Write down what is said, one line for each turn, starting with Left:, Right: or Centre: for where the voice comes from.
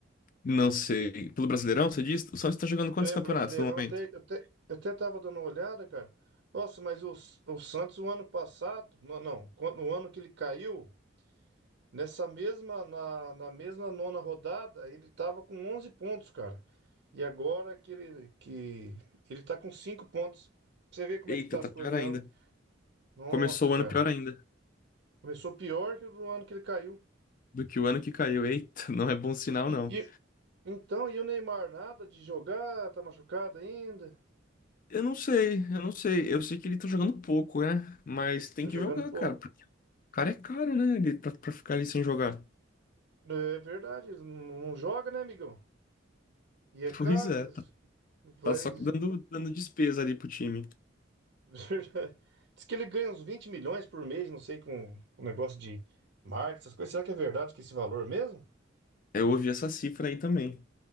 Left: não sei. Pelo Brasileirão, você diz? O Santos tá jogando quantos
Right: É,
Left: campeonatos
Right: Brasileirão,
Left: no momento?
Right: até, eu até, eu até tava dando uma olhada, cara. Nossa, mas o, o Santos, o ano passado, não, não, quando- no ano que ele caiu. Nessa mesma, na, na mesma nona rodada, ele estava com 11 pontos, cara. E agora que ele, que ele tá com 5 pontos. Pra Você vê como
Left: Eita,
Right: é que tá
Left: tá
Right: as coisas,
Left: pior ainda.
Right: né? Nossa,
Left: Começou o
Right: cara.
Left: ano pior ainda
Right: Começou pior que o do ano que ele caiu.
Left: do que o ano que caiu. Eita, <laughs> não é bom sinal,
Right: E, e-
Left: não.
Right: e- então, e o Neymar, nada de jogar, tá machucado ainda,
Left: Eu não sei, eu não sei. Eu sei que ele tá jogando pouco, né? Mas tem
Right: tá
Left: que
Right: jogando
Left: jogar,
Right: pouco.
Left: cara. Porque o cara é caro, né? Ele, pra, pra ficar ali sem jogar. <laughs>
Right: É é verdade, ele não não joga, né, amigão? E é caro,
Left: Pois é, tá,
Right: vai,
Left: tá só dando, dando despesa ali pro time.
Right: <laughs> Verdade. Diz que ele ganha uns 20 milhões por mês, não sei, com o negócio de marketing, essas coisas. Será que é verdade que esse valor mesmo?
Left: Eu ouvi essa cifra aí também.